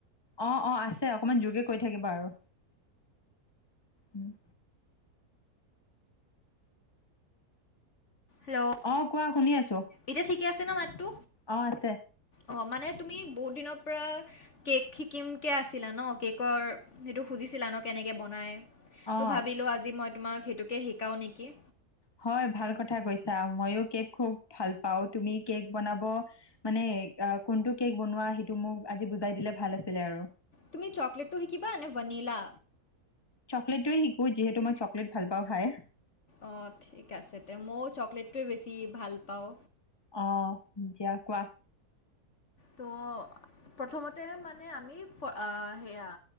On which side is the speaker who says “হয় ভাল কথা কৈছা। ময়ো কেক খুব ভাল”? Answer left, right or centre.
Left